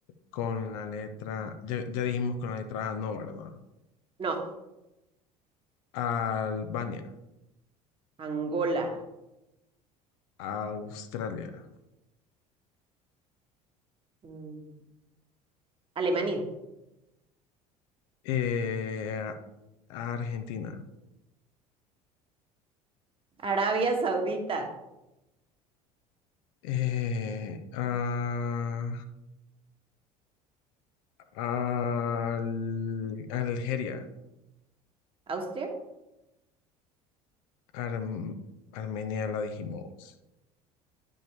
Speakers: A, on the left (about 60°); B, on the right (about 25°).
A: con la letra, ya, ya dijimos con la letra A, no, ¿verdad?
B: No,
A: Albania,
B: Angola.
A: Australia,
B: Mm, Alemania.
A: eh, Argentina,
B: Arabia Saudita.
A: eh, a- al- Algeria,
B: ¿Austria?
A: Arm- Armenia la dijimos.